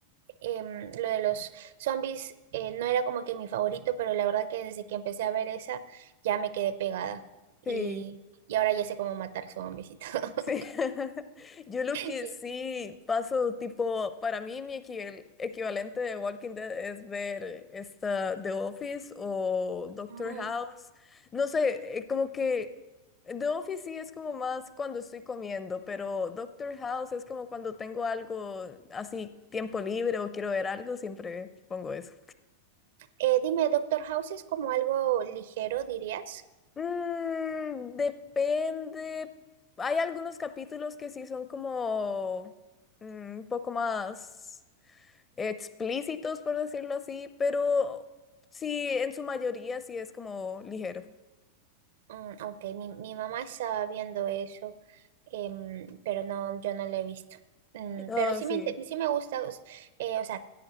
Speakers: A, on the right; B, on the left.
A: em, lo de los zombies eh, no era como que mi favorito, pero la verdad que desde que empecé a ver esa ya me quedé pegada y,
B: sí.
A: y ahora ya sé cómo matar zombies y todo.
B: Sí, <laughs> yo lo
A: <laughs>
B: que
A: Y-
B: sí paso, tipo, para mí mi equival- equivalente de Walking Dead es ver esta The Office o Doctor
A: Mm.
B: House. No sé, eh, como que The Office sí es como más cuando estoy comiendo, pero Doctor House es como cuando tengo algo así, tiempo libre o quiero ver algo, siempre pongo eso.
A: Eh, dime, Doctor House es como algo ligero, dirías?
B: Mm, depende. Hay algunos capítulos que sí son como mm, un poco más explícitos, por decirlo así, pero sí, en su mayoría sí es como ligero.
A: Mm, ok, mi, mi mamá estaba viendo eso, em, pero no, yo no lo he visto. Mm,
B: Ah,
A: pero sí
B: sí.
A: me, inte- sí me gusta, o s- eh, o sea,